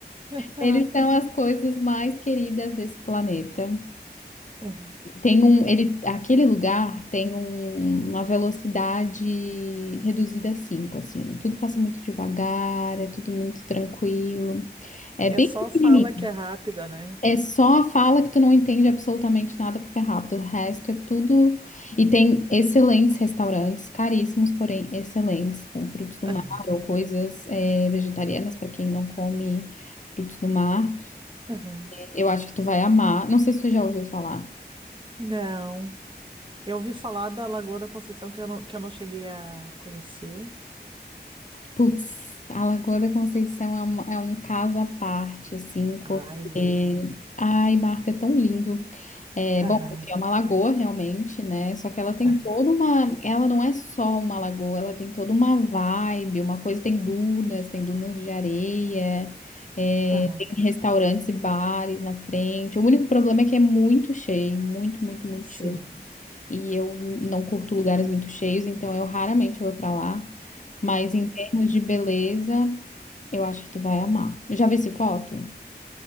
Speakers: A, on the right; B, on the left.
A: <laughs>
B: Eles são as coisas mais queridas desse planeta.
A: aham.
B: Tem um, ele, aquele lugar tem um- uma velocidade reduzida a 5, assim. Tudo passa muito devagar, é tudo muito tranquilo. É
A: É
B: bem
A: só
B: pequenininho.
A: fala que é rápida, né?
B: É só a fala que tu não entende absolutamente nada porque é rápido. O resto é tudo. E tem excelentes restaurantes, caríssimos, porém excelentes, com frutos do
A: Aham,
B: mar ou coisas eh, vegetarianas para quem não come frutos do mar.
A: aham.
B: Eu acho que tu vai amar. Não sei se tu já ouviu falar.
A: Não. Eu ouvi falar da Lagoa da Conceição que eu não, que eu não cheguei a conhecer.
B: Putz, a Lagoa da Conceição é, uma- é um caso à parte, assim, porque.
A: Ai, ai, ai.
B: Ai, Marta, é tão lindo. É,
A: Aham,
B: bom, é uma lagoa realmente, né? Só que ela tem
A: aham,
B: toda uma. Ela não é só uma lagoa, ela tem toda uma vibe, uma coisa. Tem dunas, tem dunas de areia, é,
A: aham.
B: tem restaurantes e bares na frente. O único problema é que é muito cheio, muito, muito, muito
A: Sim.
B: cheio. E eu não curto lugares muito cheios, então eu raramente vou pra lá. Mas em termos de beleza, eu acho que tu vai amar. Já vi esse foto?